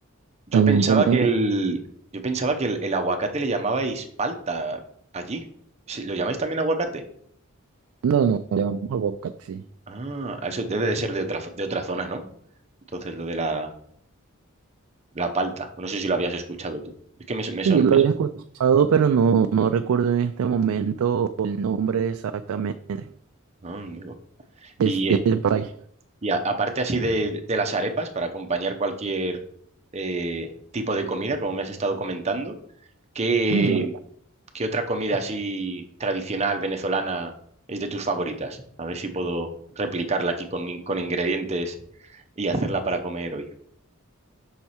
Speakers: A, on the right; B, on the right.
A: Yo
B: también
A: pensaba
B: tenemos,
A: que el, yo pensaba que el, el aguacate le llamabais palta allí. Sí, ¿lo llamáis también aguacate?
B: no, no, le llamamos aguacate, sí.
A: Ah, ah, eso debe de ser de otra, de otra zona, ¿no? Entonces, lo de la, la palta. No sé si lo habías escuchado tú. Es que me, su- me, son-
B: Sí, lo
A: me
B: había
A: su-
B: escuchado, pero no, no recuerdo en este momento el nombre exactamente
A: Ah, amigo.
B: de
A: Y,
B: este
A: eh,
B: país.
A: y a- aparte así de, de las arepas, para acompañar cualquier eh, tipo de comida, como me has estado comentando, qué
B: Bueno,
A: ¿Qué otra comida así tradicional venezolana es de tus favoritas? A ver si puedo replicarla aquí con, in- con ingredientes y hacerla para comer hoy.